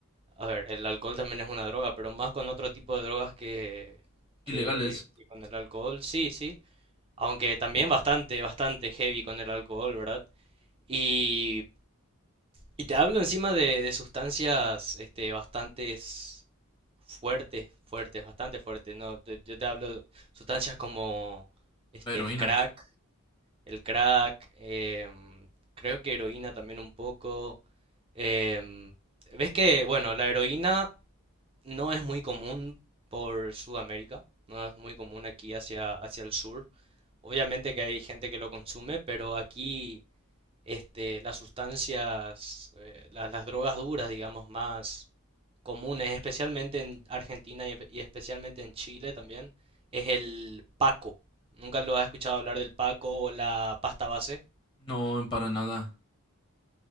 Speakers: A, on the right; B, on the left.
A: a ver, el alcohol también es una droga, pero más con otro tipo de drogas que,
B: Ilegales.
A: que, que con el alcohol, sí, sí. Aunque también bastante, bastante heavy con el alcohol, ¿verdad? Y, y te hablo encima de, de sustancias este, bastantes fuertes, fuertes, bastante fuertes, ¿no? Te- yo te hablo de sustancias como este,
B: La heroína.
A: el crack, el crack, em, creo que heroína también un poco. Em, ves que, bueno, la heroína no es muy común por Sudamérica, no es muy común aquí hacia, hacia el sur. Obviamente que hay gente que lo consume, pero aquí este, las sustancias, eh, la- las drogas duras, digamos, más comunes, especialmente en Argentina y, y especialmente en Chile también, es el paco. ¿Nunca lo has escuchado hablar del paco o la pasta base?
B: No, para nada.